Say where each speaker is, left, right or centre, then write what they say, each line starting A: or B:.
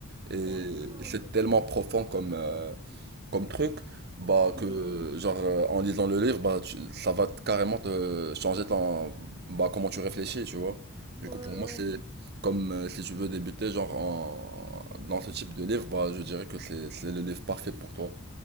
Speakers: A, on the right; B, on the right.
A: Et
B: D'accord.
A: c'est tellement profond comme, euh, comme truc, bah
B: Mhm.
A: que genre euh, en lisant le livre, bah tu- ça va t- carrément te changer ton bah comment tu réfléchis, tu vois. Du
B: Ouais,
A: coup, pour moi,
B: ouais.
A: c'est comme euh, si tu veux débuter genre en dans ce type de livre, bah je dirais que c'est c'est le livre parfait pour toi.